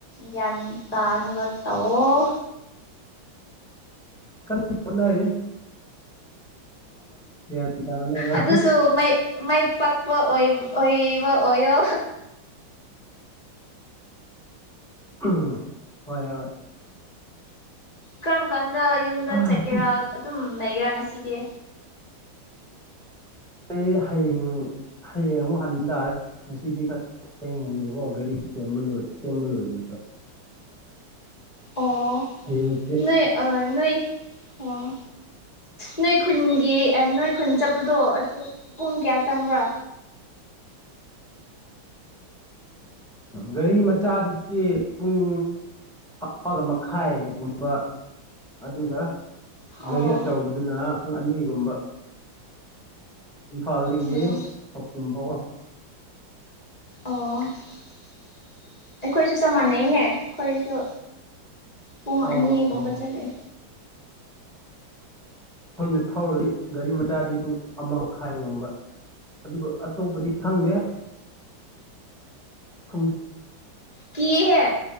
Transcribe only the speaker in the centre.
ꯍꯣꯠꯅꯥꯔꯤ ꯫ ꯒ꯭ꯌꯥꯟ ꯇꯥꯅꯕ
ꯎꯝ ꯍꯣꯏ ꯍꯣꯏ
ꯑꯩ
ꯑꯩ ꯍꯌꯦꯡ ꯍꯌꯦꯡ ꯑꯃꯨꯛ ꯍꯟ ꯇꯥꯔꯦ ꯉꯁꯤꯗꯤ ꯊꯦꯡꯉꯅꯦꯕꯀꯣ ꯒꯥꯔꯤꯗꯨ ꯁꯦꯝꯕ ꯂꯣꯏ ꯁꯦꯝꯕ ꯂꯣꯏꯗꯔꯤꯕ꯭ꯔꯥ
ꯍꯌꯦꯡ
ꯒꯥꯔꯤ ꯃꯆꯥꯗꯗꯤ ꯄꯨꯡ ꯑꯃꯥꯒ ꯃꯈꯥꯏꯒꯨꯝꯕ ꯑꯗꯨꯒ ꯒꯥꯔꯤ
ꯑꯆꯧꯕꯗꯨꯅ ꯄꯨꯡ ꯑꯅꯤꯒꯨꯝꯕ ꯏꯝꯐꯥꯜꯗꯒꯤ
ꯈꯧꯄꯨꯝ ꯐꯥꯎꯕ
ꯑꯣ
ꯑꯩꯈꯣꯏꯅ
ꯑꯩꯈꯣꯏꯅ ꯊꯧꯔꯗꯤ ꯒꯥꯔꯤ ꯃꯆꯥꯗꯤ ꯄꯨꯡ ꯑꯃꯥ ꯃꯈꯥꯏꯒꯨꯝꯕ ꯑꯗꯨꯒ ꯑꯇꯣꯞꯄꯗꯤ ꯈꯪꯗꯦ <unintelligible>